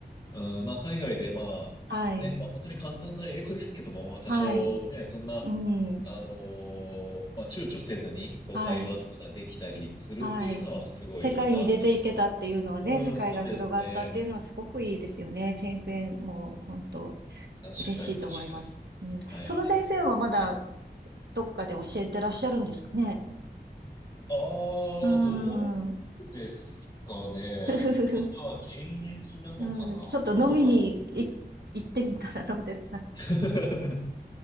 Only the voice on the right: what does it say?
はい。
はい。
うーん。
はい。はい。世界に出ていけたっていうのはね、
世界が広がったっていうのはすごくいいですよね。
先生も、本当
嬉しいと思います。うん。
その先生はまだどっかで教えてらっしゃるんですかね。
うー
ん。<laughs> ふふふふ。
うん。ちょっと飲みにい行ってみたらどうですか。